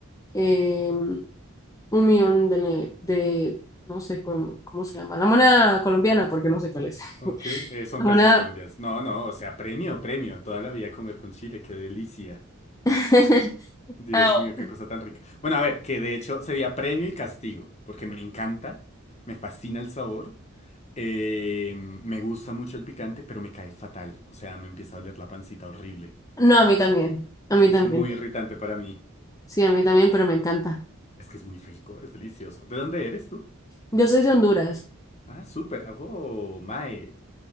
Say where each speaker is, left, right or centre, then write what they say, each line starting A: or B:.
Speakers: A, on the left; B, on the left.
A: eh, un millón de, de, no sé cómo, cómo se llama, la moneda colombiana, porque no sé cuál es.
B: Ok,
A: <laughs>
B: eh, son
A: Una...
B: pesos colombianos. No, no, o sea, premio, premio. Toda la vida comer con chile, qué delicia.
A: <laughs>
B: Dios
A: Ah,
B: mío,
A: bueno.
B: qué cosa tan rica. Bueno, a ver, que de hecho sería premio y castigo, porque me encanta, me fascina el sabor, eh, me gusta mucho el picante, pero me cae fatal. O sea, me empieza a oler la pancita horrible.
A: No, a mí también. A mí
B: Es
A: también.
B: muy irritante para mí.
A: Sí, a mí también, pero me encanta.
B: Es que es muy rico, es delicioso. ¿De dónde eres tú?
A: Yo soy de Honduras.
B: Ah, súper. Oh, mae.